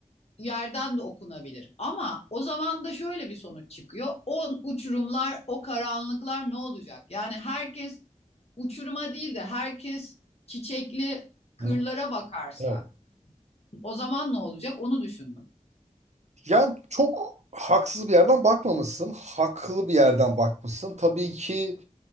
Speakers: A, on the left; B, on the right.
A: yerden de okunabilir. Ama o zaman da şöyle bir sonuç çıkıyor. O uçurumlar, o karanlıklar ne olacak? Yani herkes uçuruma değil de herkes çiçekli kırlara
B: Hı.
A: bakarsa
B: Evet.
A: o zaman ne olacak? Onu düşündüm.
B: Yani çok haksız bir yerden bakmamışsın, haklı bir yerden bakmışsın. Tabii ki